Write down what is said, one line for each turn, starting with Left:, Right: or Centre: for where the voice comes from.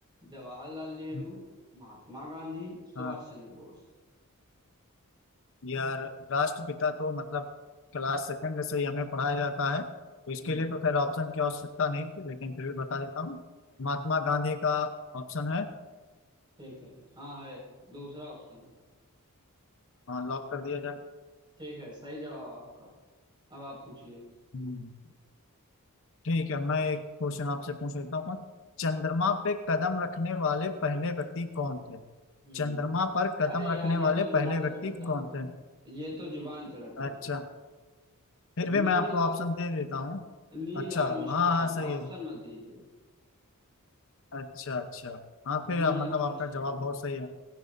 Right: जवाहरलाल नेहरू
Left: हम्म,
Right: महात्मा गांधी सुभाष
Left: हाँ
Right: चंद्र बोस
Left: यार राष्ट्रपिता तो मतलब क्लास सेकंड से ही हमें पढ़ाया जाता है तो इसके
Right: हम्म
Left: लिए तो खैर ऑप्शन की आवश्यकता नहीं थी लेकिन फिर भी बता देता हूँ महात्मा गांधी का ऑप्शन है
Right: ठीक है हाँ है दूसरा ऑप्शन
Left: हाँ लॉक कर दिया जाए
Right: ठीक है सही जवाब आपका अब आप पूछिए
Left: हम्म, ठीक है मैं एक क्वेश्चन आपसे पूछ लेता हूँ चंद्रमा पे कदम रखने वाले पहले व्यक्ति कौन थे
Right: हम्म
Left: चंद्रमा पर कदम
Right: अरे
Left: रखने
Right: यार ये
Left: वाले
Right: तो जुबान
Left: पहले व्यक्ति
Right: पे रटा हुआ
Left: कौन थे
Right: है ये तो जुबान पे रटा
Left: अच्छा
Right: हुआ है
Left: फिर
Right: नील
Left: भी मैं आपको ऑप्शन दे देता हूँ
Right: नील
Left: अच्छा
Right: आर्मस्ट्रांग
Left: हाँ हाँ सही
Right: ऑप्शन
Left: है
Right: मत दीजिए
Left: अच्छा अच्छा हाँ फिर
Right: Neil
Left: आप- मतलब
Right: Armstrong
Left: आपका जवाब बहुत सही है